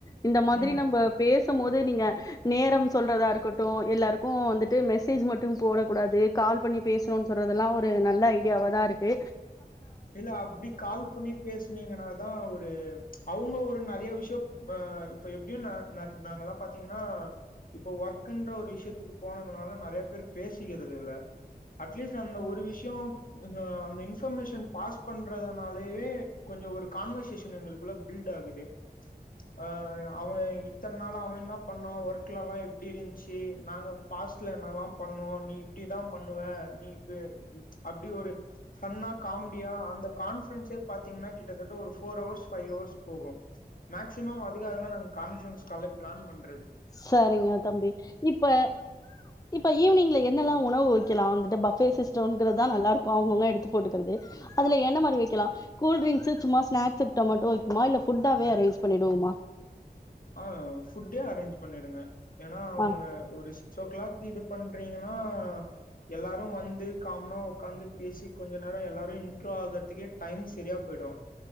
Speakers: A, on the left (about 20°); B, on the left (about 55°).
A: இந்த மாதிரி
B: ம்
A: நம்ப பேஸ் சம் போது நீங்க நேரம் சொல்றதா இருக்கட்டு எல்லாருக்கு வந்துட்டு மெசேஜ் மட்டும் போடக்கூடாது கால் பண்ணி பேஸ்ணுனு சொல்றதெல்லா ஒரு நல்ல ஐடியாவாதா இருக் கு
B: இல்ல அப்டி கால் பண்ணி பேசுனீங்கன்னாதா ஒரு அவுங்க ஒரு நறையா வி ஷ்யோ ஆ இப்ப எப்டியு ந நரி நாங்கல்லா பாத்தீங்னா இப்போ ஒர்க்குன்ற ஒரு விஷயத்துக்கு போனதுனால நறையா பேரு பேசிக்கிறது இல்ல அட்லீஸ்ட்டு அந்த ஒரு விஷ்யொ <unintelligible> அந்த இன்ஃபர்மேஷன் பாஸ் பண்றதுனாலேவே கொஞ்சொ ஒரு கான்வர்சேஷன் எங்களுக்குள்ள பில்ட் ஆகுது ஆஹ் அவ இத்தன் நாளா அவ என்னா பண்ணா ஒர்க்லாலா எப்டி இருந்த்ச்சி நாங்க பாஸ்ட்ல என்னால்லாம் பண்ணோ நீ இப்டிதா பண்ணுவ நீ இப் அப்டி ஒரு சன்னா காம் யா அந்த கான்ஃப்ரன்ஸே பாத்தீங்கன்னா கிட்டத்தட்ட ஒரு ஃபோர் அவர்ஸ் ஃபையவர்ஸ் போகு மேக்சிமம் அதுக்காகதா நாங் கான்ஃப்ரன்ஸ் காலே ப்ளான் பண்
A: சரிங்க தம்பி இப்ப இப்ப ஈவ்னிங்ல என்னல்லா உணவு வெக் கெலா வந்துட்டு பஃபே சிஸ்டோங்குறதுதா நல்லா இருக்கு அவுங்க அவுங்க எடுத்து போட்டுக்கறது அதுல என்ன மாரி வெக்கெலா கூல்ட்ரிங்க்ஸு சும்மா ஸ்நாக்ஸு டொமோட்டோ வெக்குமா இல்ல ஃபுட்டாவே அரேன்ஜ் பண்ணிடுவோமா
B: ஆ ஃபுட்டே அரேஞ்ச் பண்ணிடுங்க ஏன்னா அவங்க
A: ஆ
B: ஒரு சிக்ஸ் ஓ கிளாக் இது பண்றீங்கன்னா எல்லாரு வந்து காமனா ஒக்காந்து பேசி கொஞ்ச நேர எல்லாரு இன்ட்ரோ ஆகரதுக்கே டைம் செரியா போய்டு